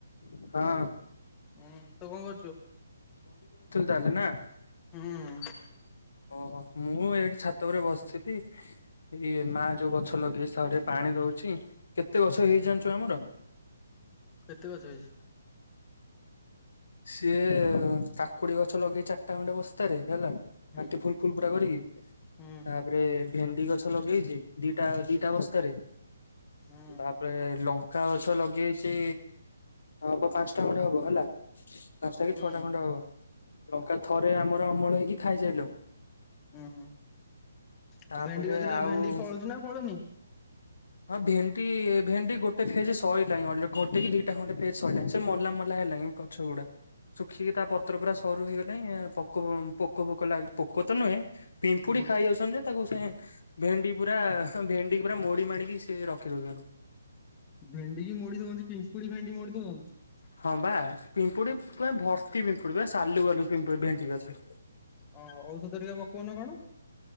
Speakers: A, on the left (about 75°); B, on the left (about 20°).
A: ହଁ
B: ହୁଁ ତୁ କଣ କରୁଛୁ?
A: ଡାଲେ ନା
B: ହୁଁ
A: ଓହୋ, ମୁଁ ଏଇଠି ଛାତ ଉପରେ ବସିଥିଲି ଏଇ ମା ଯୋଉ ଗଛ ଲଗେଇଛି ତ ପାଣି ଦଉଛି। କେତେ ଗଛ ହେଇଛି ଜାଣିଚୁ ଆମର।
B: କେତେ ଗଛ ହେଇଛି?
A: ସିଏ କାକୁଡି ଗଛ ଲଗେଇଛି ଚାରିଟା ଖଣ୍ଡେ ବସ୍ତାରେ। ହେଲା
B: ହୁଁ
A: ପାଟି ଫୁଲ ଫୁଲ ପ କରିକି
B: ହୁଁ
A: ତାପରେ ଭେଣ୍ଡି ଗଛ ଲଗେଇଛି ଦିଟା ଦିଟା ବସ୍ତାରେ,
B: ହୁଁ
A: ତାପରେ ଲଙ୍କା ଗଛ ଲଗେଇଚି। ସେ ହବ ପାଞ୍ଚଟା ଖଣ୍ଡେ ହବ ହେଲା। ପାଞ୍ଚଟା କି
B: ହୁଁ
A: ଛଅଟା ଖଣ୍ଡା ହବ। ଲଙ୍କା ଥରେ ଆମର ଅମଳ ହେଇକି ଖାଇସାଇଲୁ।
B: ହୁଁ -ହୁଁ
A: ତାପରେ
B: ଆଉ ଭେଣ୍ଡି ଗଛରେ
A: ଆଉ
B: ଭେଣ୍ଡି ଫଳୁଛି ନା ଫଳୁନି।
A: ହଁ ଭେଣ୍ଡି ଭେଣ୍ଡି ଗୋଟେ ଫେଜ ସରିଲଣି ଅ ଘଟେ କି ଦିଟା ଖଣ୍ଡେ ଫେଜ ସରିଲଲାଣି ସେ ମଲା ମଲା ହେଲାଣିି ଗଛ ଗୁଡା। ଶୁଖିକି ତା ପତ୍ର ପୁରା ସରୁ ହେଇଗଲାଣି ପୋକ ଫୋକ ଲାଗି ପୋକ ତ ନୁହେଁ। ପିମ୍ପୁଡି
B: ହୁଁ
A: ଖାଇ ଯାଉଛନ୍ତି ଯେ ତାକୁ ସେ ଭେଣ୍ଡି ପୁରା ଭେଣ୍ଡି ପୁରା ମୋ ମୋଡି ମାଡ଼ିକି ସେ ରଖି ଦଉଛନ୍ତି।
B: ଭେଣ୍ଡି କି ମଡି ଦଉନ୍ତି ପିମ୍ପୁଡି ଭେଣ୍ଡି ମଡିଦଉନ୍ତି।
A: ହଁ ବା ପିମ୍ପୁଡି ପୁରା ଭର୍ତି ପିମ୍ପୁଡି ବା ସାଲୁ ବାଲୁ ପିମ୍ପୁଡି ଭେଣ୍ଡି ଗଛ।
B: ଓ ହୋ, ଔଷଧ ଟିକେ ପକଉନ କଣ।